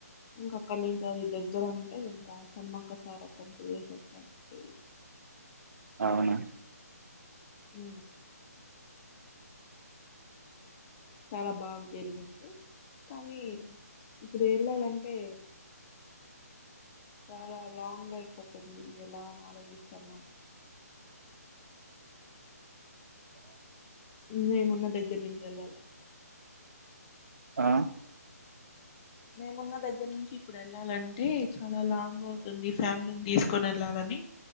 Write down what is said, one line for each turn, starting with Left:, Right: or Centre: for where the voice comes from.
Left: ఇంకా అక్కడి నుంచి అది దగ్గర అంటే ఇంకా సమ్మక్క సారక్క కమ్ పోయేసివచ్చాం తెలీదు
Right: అవునా
Left: ఉ చానా బాగా జరిగింది కానీ ఇప్పుడు వెళ్ళాలంటే చాలా లాంగ్ అయిపోతుంది ఎలా అని ఆలోచిస్తాన్న
Right: <inaudible>
Left: మేము వున్న దగ్గర నుంచి వెళ్ళాలాంటే
Right: ఆ
Left: మేమున్న దగ్గర నుంచి ఇప్పుడు వెళ్ళాలంటే చాలా లాంగ్ అవుతుంది ఫ్యామిలీ తీసుకొని వెళ్ళాలని